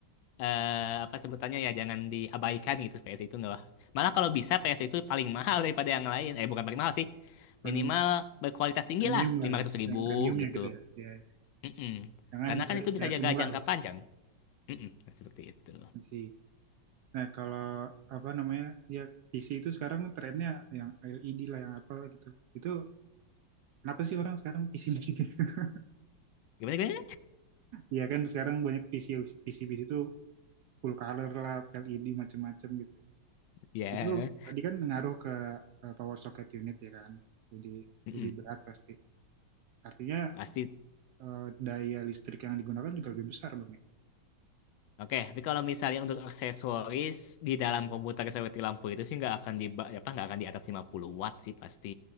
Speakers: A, on the left (about 80°); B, on the right (about 75°).
A: eh, apa sebutannya ya jangan diabaikan gitu PSU itu enggak. Malah kalau bisa PSU itu paling mahal daripada yang lain. Eh bukan paling mahal sih.
B: paling
A: Minimal berkualitas tinggi
B: premium
A: lah,
B: lah
A: lima
B: ya,
A: ratus ribu
B: yang premiumnya
A: gitu.
B: gitu ya. Ya, ya.
A: Mm-mm.
B: jangan
A: Karena
B: cari
A: kan itu
B: kayak
A: bisa jaga
B: murah
A: jangka
B: ya
A: panjang. Mm-mm. Nah, seperti itu.
B: masih. Nah, kalau apa namanya? Ya PC itu sekarang trennya yang LED lah yang apa lah gitu. Itu kenapa sih orang sekarang PC gitu? <laughs>
A: Gimana gimana?
B: Iya kan sekarang banyak PC PC PC itu full color lah, LED macam-macam gitu.
A: Ya.
B: Itu tadi kan ngaruh ke eh, power socket unit ya kan. Jadi
A: Mm-mm.
B: lebih berat pasti. Artinya
A: Pasti
B: eh, daya listrik yang digunakan juga lebih besar dong ya.
A: Oke, tapi kalau misalnya untuk aksesoris di dalam komputer seperti lampu itu sih nggak akan di ba- apa nggak akan di atas 50 watt sih pasti.